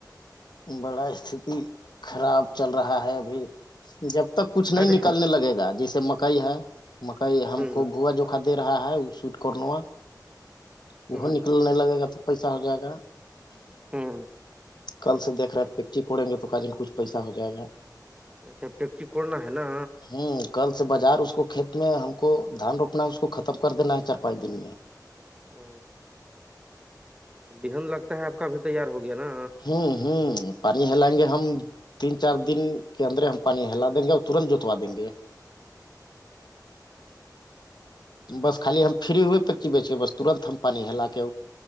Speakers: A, on the left (about 75°); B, on the right (about 15°).
A: بڑا استتی خراب چل رہا ہے ابھی جب تک کچھ نہیں
B: ارے
A: نکلنے لگے گا جیسے مکئی ہے مکئی
B: ہوں
A: ہم کو بوا جو دے رہا ہے وہ سٹ کنا وہ
B: ہوں
A: نکلنے لگے گا تو پیسہ ہو جائے گا
B: ہوں
A: کل سے دیک رہے پکچک اڑیں گے تو کا دن کچھ پیسا ہو جائے گا
B: اچھا پیکچی کوورنا ہے نا
A: ہوں کل سے بازار اس کو کھیت میں ہم کو دھان روپنا ہے اس کو ختم کر دینا ہے چار پانچ دن میں
B: او تو بحند لگتا ہے آپ کا ابھی تیار ہو گیا نا
A: ہوں ہوں پانی ہلائیں گے ہم تین چار دن کے اندرے ہم پانی ہلا دیں گے اور ترنت جوتوا دیں گے بس خالی ہم فری ہوئے پیکچی بیچ کے بس ترنت ہم پانی ہلا کے